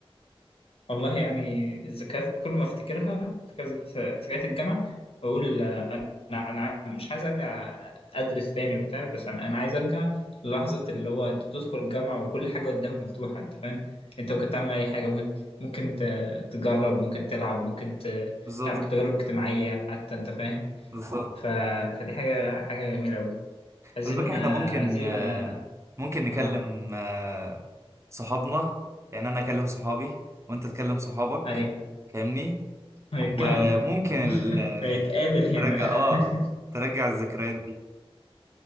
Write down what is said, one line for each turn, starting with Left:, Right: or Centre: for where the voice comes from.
Left: والله يعني الذكريات كل ما افتكرها ذكريات ذكريات الجامعه بقول آه، انا انا مش عايز ارجع ادرس تاني وبتاع بس انا أنا عايز ارجع للحظه اللي هو انت بتدخل الجامعه وكل حاجه قدامك مفتوحه انت فاهم انت ممكن تعمل اي حاجه ممكن ممكن ت- تجرب ممكن تلعب ممكن ت-
Right: بالظبط
Left: تعمل تجارب اجتماعيه حتى انت فاهم
Right: بالظبط
Left: ف... فدي حاجه حاجه جميله قوي عايزين
Right: خلي بالك احنا
Left: آه،
Right: ممكن
Left: عايزين
Right: آه،
Left: اه
Right: ممكن نكلم
Left: آه،
Right: آه، صحابنا يعني انا اكلم صحابي وانت تكلم صحابك
Left: ايوه
Right: فاهمني
Left: نتجمع
Right: وممكن ال-
Left: <laughs>
Right: آه،
Left: ونتقابل هنا
Right: نرجع اه
Left: <laughs>
Right: ترجع الذكريات دي